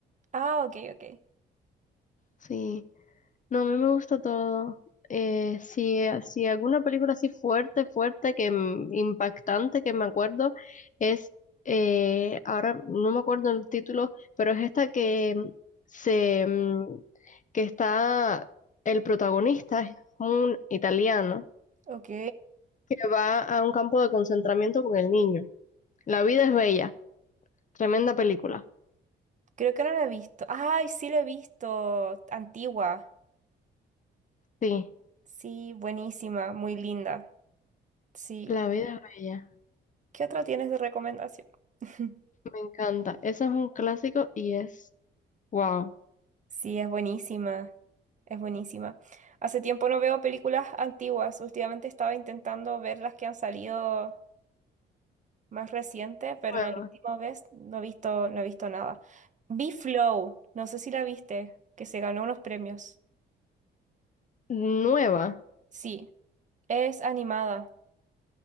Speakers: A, on the right; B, on the left.
A: Ah, ok, ok,
B: Sí, no, a mí me gusta todo. Eh, si, si alguna película así fuerte, fuerte, que m- impactante, que me acuerdo, es, eh, ahora no me acuerdo el título, pero es esta que mm, se, mm, que está, el protagonista es un italiano
A: ok.
B: que va a un campo de concentramiento con el niño. La vida es bella, tremenda película.
A: Creo que no la he visto. Ay, sí la he visto. Antigua.
B: Sí,
A: Sí, buenísima, muy linda. Sí.
B: La vida es bella,
A: ¿Qué otra tienes de recomendación? <laughs>
B: me encanta. Eso es un clásico y es wow.
A: Sí, es buenísima. Es buenísima. Hace tiempo no veo películas antiguas. Últimamente estaba intentando ver las que han salido más recientes, pero
B: Nueva.
A: en el último vez no he visto, no he visto nada. Vi Flow, no sé si la viste, que se ganó unos premios.
B: Nueva.
A: Sí, es animada.